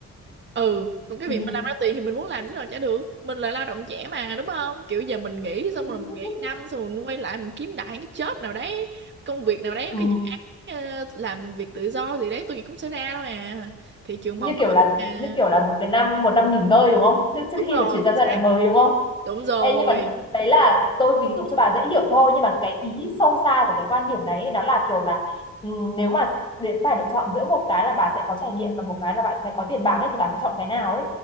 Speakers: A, on the right (about 40°); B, on the left (about 15°).
A: ừ còn cái
B: ừ.
A: việc mà làm ra tiền thì mình muốn làm chứ làm chả được mình là lao động trẻ mà đúng không kiểu giờ mình nghỉ xong
B: <laughs>
A: rồi mình nghỉ năm xong rồi mình quay lại mình kiếm đại cái job nào đấy công việc nào đấy
B: Ừ.
A: cái dự án ờ, làm việc tự do gì đấy tôi nghĩ cũng sẽ ra thôi à thị trường
B: như
A: màu mỡ
B: kiểu là
A: à
B: như kiểu là một cái năm một năm nghỉ ngơi đúng không trước trước
A: đúng
B: khi
A: rồi
B: mà chuyển sang
A: chính
B: giai
A: xác
B: đoạn mới đúng không
A: đúng rồi
B: Ê, nhưng mà đấy là tôi ví dụ cho bà dễ hiểu thôi nhưng mà cái ý sâu xa của cái quan điểm đấy ấy, nó là kiểu là ừ, nếu mà để phải lựa chọn giữa một cái là bà sẽ có trải nghiệm và một cái là bạn sẽ có tiền bạc ấy thì bà sẽ chọn cái nào ấy